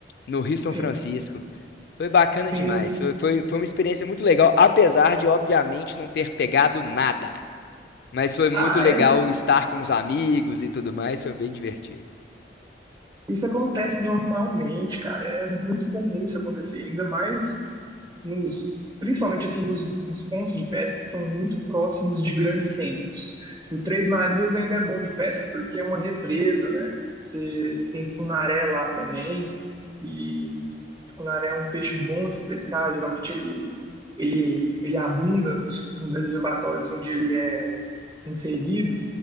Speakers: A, on the left; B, on the right.
A: no Rio São
B: Sim,
A: Francisco. Foi bacana
B: sim.
A: demais. Foi, foi, foi uma experiência muito legal, apesar de, obviamente, não ter pegado nada. Mas foi muito
B: Ah,
A: legal
B: é-
A: estar com os amigos e tudo mais, foi bem divertido.
B: isso acontece normalmente, cara. É muito comum isso acontecer. Ainda mais nos, principalmente assim nos, nos pontos de pesca que são muito próximos de grandes centros. O Três Marias ainda é bom de pesca porque é uma represa, né? Você você tem tucunaré lá também e tucunaré é um peixe bom de se pescar. Geralmente ele ele ele abunda nos, nos reservatórios onde ele é inserido.